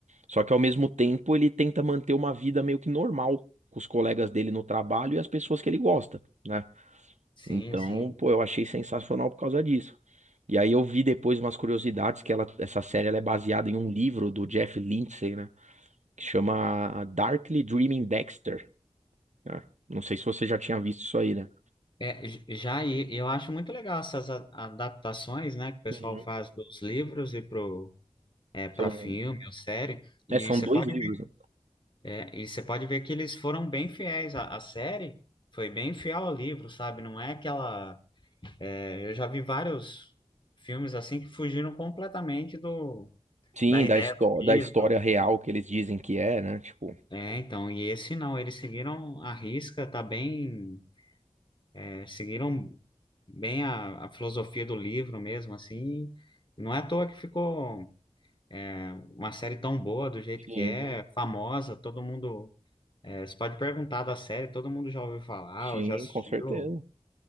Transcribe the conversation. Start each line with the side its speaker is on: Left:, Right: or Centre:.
Right: Só que ao mesmo tempo ele tenta manter uma vida meio que normal com os colegas dele no trabalho e as pessoas que ele gosta, né?
Left: Sim,
Right: Então,
Left: sim.
Right: pô, eu achei sensacional por causa disso. E aí eu vi depois umas curiosidades que ela, essa série ela é baseada em um livro do Jeff Lindsay, né? Que chama Darkly Dreaming Dexter, né? Não sei se você já tinha visto isso aí, né?
Left: É, j- já e- eu acho muito legal essas a- adaptações, né, que o pessoal
Right: Uhum.
Left: faz dos livros e pro é, para
Right: São,
Left: filme ou série. E
Right: é, são
Left: você
Right: dois
Left: pode
Right: livros,
Left: ver,
Right: né?
Left: é, e você pode ver que eles foram bem fiéis. A, a série foi bem fiel ao livro, sabe? Não é aquela. é, eu já vi vários filmes assim que fugiram completamente do
Right: Sim,
Left: da ideia
Right: da, histó
Left: do
Right: da
Left: livro.
Right: história real que eles dizem que é, né? Tipo,
Left: É, então, e esse não, eles seguiram a risca, tá bem, é, seguiram bem a, a filosofia do livro mesmo, assim, não é à toa que ficou é, uma série tão boa do jeito
Right: sim,
Left: que é, famosa, todo mundo, é, você pode perguntar da série, todo mundo já ouviu falar,
Right: sim,
Left: ou já assistiu,
Right: com certeza.